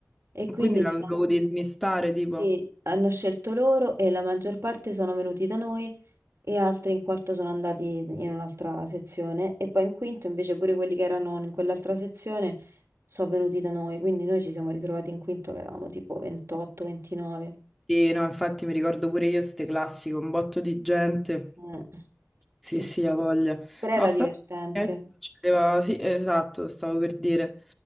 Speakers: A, on the right (about 55°); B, in the centre.
A: e quindi
B: Quindi la
A: ne
B: dovevo
A: hanno
B: dismistare, tipo.
A: sì, hanno scelto loro e la maggior parte sono venuti da noi e altri in quarto sono andati in un'altra sezione e poi in quinto invece pure quelli che erano in quell'altra sezione sono venuti da noi, quindi noi ci siamo ritrovati in quinto che eravamo tipo 28, 29.
B: Sì, no, infatti mi ricordo pure io ste classi con un botto di gente.
A: Mm.
B: Sì,
A: Sì,
B: sì,
A: sì,
B: ha voglia.
A: però
B: No,
A: era
B: sta...
A: divertente.
B: eh, succedeva- Sì, esatto, stavo per dire.